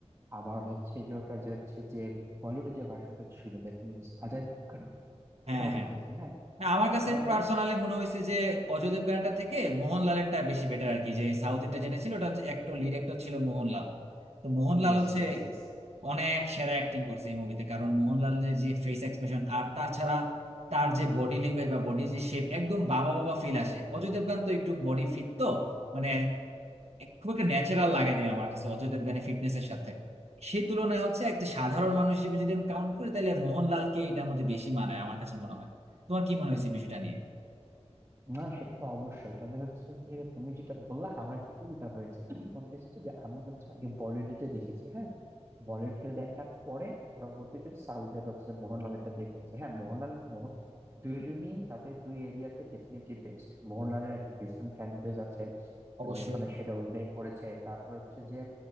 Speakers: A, on the right; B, on the right.
A: আবার হচ্ছে যে ওটা যে হচ্ছে যে বলিউডের যে ভার্সনটা ছিল দ্যাট মিনস অজয় দেবগনের
B: হ্যাঁ
A: ওটাও
B: হ্যাঁ
A: দেখেছি হ্যাঁ
B: হ্যাঁ, আমার কাছে
A: মানে
B: পার্সোনালি মনে হয়েছে যে অজয় দেবগানটা থেকে মোহনলালেরটা বেশি বেটার আর কি যে সাউথেরটা যেটা ছিল ওটা হচ্ছে একটা লিড অ্যাক্টর ছিল মোহনলাল তো মোহনলাল
A: ইয়েস
B: হচ্ছে
A: ইয়েস ইয়েস
B: অনেক সেরা অ্যাক্টিং করছে এই মুভিতে কারণ মোহনলালের যে ফেস এক্সপ্রেশন আর তাছাড়া তার যে বডি ল্যাঙ্গুয়েজ বা বডি যে শেপ একদম বাবা বাবা ফিল আসে অজয় দেবগান তো একটু বডি ফিট তো মানে খুব একটা ন্যাচারাল লাগে না আমার কাছে অজয় দেবগানের ফিটনেসের সাথে সেই তুলনায় হচ্ছে একটা সাধারণ মানুষ হিসেবে যদি আমি কাউন্ট করি তাহলে মোহনলালকে এটার মধ্যে বেশি মানায় আমার কাছে মনে হয় তোমার কি মনে হয়েছে বিষয়টা নিয়ে
A: না সেটা তো অবশ্যই তবে হচ্ছে যে তুমি যেটা বললা আমার একটু উল্টা হয়েছে কন্টেস্টে যে আমি হচ্ছে আগে বলিউডে দেখেছি হ্যাঁ বলিউডে দেখার পরে পরবর্তীতে সাউথের হচ্ছে মোহনলালটা দেখেছি হ্যাঁ মোহনলাল মোহন দুইজনই তাদের দুই এরিয়াতে ডেফিনেটলি বেস্ট মোহনলালের একটা ডিফারেন্ট ফ্যান বেজ আছে
B: অবশ্যই
A: এবং ওখানে সেটা অভিনয় করেছে তারপর হচ্ছে যে